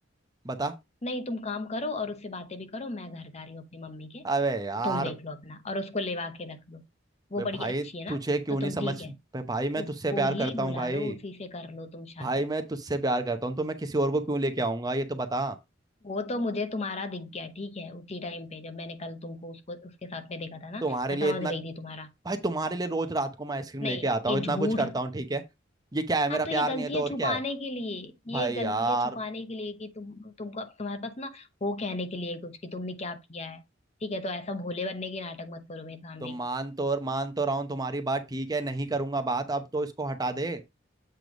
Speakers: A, on the right; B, on the left.
A: बता
B: नहीं तुम काम करो और उससे बातें भी करो मैं घर जा रही हूँ अपनी मम्मी के
A: अबे यार
B: तुम देख लो अपना और उसको लेवा के रख लो वो
A: बे भाई
B: बड़ी अच्छी है ना
A: तुझे क्यों
B: तो
A: नहीं
B: तुम
A: समझ
B: ठीक है
A: बे भाई मैं
B: उसको
A: तुझसे प्यार करता
B: ही बुला
A: हूँ भाई
B: लो उसी से कर लो तुम शादी
A: भाई मैं तुझसे प्यार करता हूँ तो मैं किसी और को क्यों लेके आऊंगा ये तो बता
B: वो तो मुझे तुम्हारा दिख गया ठीक है उसी टाइम पे जब मैंने कल तुमको उसको उसके साथ में देखा था ना
A: तुम्हारे
B: मैं
A: लिए
B: समझ
A: इतना
B: गई थी तुम्हारा
A: भाई तुम्हारे लिए रोज रात को मैं आइसक्रीम
B: नहीं
A: लेके आता
B: ये
A: हूँ इतना
B: झूठ
A: कुछ करता हूँ ठीक है ये क्या है मेरा
B: हाँ तो
A: प्यार
B: ये गलतियां
A: नहीं है तो और
B: छुपाने
A: क्या है
B: के लिए
A: भाई
B: ये
A: यार
B: गलतियां छुपाने के लिए कि तुम तुमको अब तुम्हारे पास ना वो कहने के लिए कुछ कि तुमने क्या किया है ठीक है तो ऐसा भोले बनने के नाटक मत करो मेरे सामने
A: तो मान तो मान तो रहा हूँ तुम्हारी बात ठीक है नहीं करूंगा बात अब तो इसको हटा दे